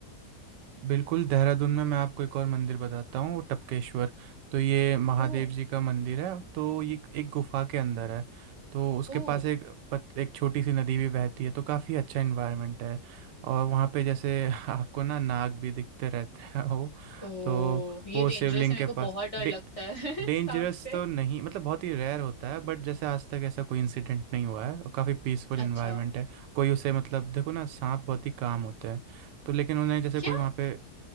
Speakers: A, on the right; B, on the left.
A: बिल्कुल देहरादून में मैं आपको एक और मंदिर बताता हूँ टपकेश्वर तो ये महादेव
B: ओ
A: जी का मंदिर है तो ये एक गुफा के अंदर है तो उसके
B: ओ
A: पास एक पत, एक छोटी सी नदी भी बहती है तो काफ़ी अच्छा इन्वायरमेंट है और वहाँ पे जैसे <laughs> आपको ना नाग भी दिखते रहते हैं वो
B: ओ
A: तो
B: ये
A: वो शिवलिंग
B: डेंजरस है मेरे
A: के
B: को
A: पास
B: बहुत डर
A: डे,
B: लगता है
A: डेंजरस
B: <laughs> सांप से
A: तो नहीं मतलब बहुत ही रेयर होता है बट जैसे आज तक ऐसा कोई इंसिडेंट नहीं हुआ है और काफ़ी पीसफुल इन्वायरमेंट
B: अच्छा
A: है कोई उसे मतलब देखो ना सांप बहुत ही काम होते हैं तो लेकिन उन्हें जैसे
B: क्या
A: कोई वहाँ पे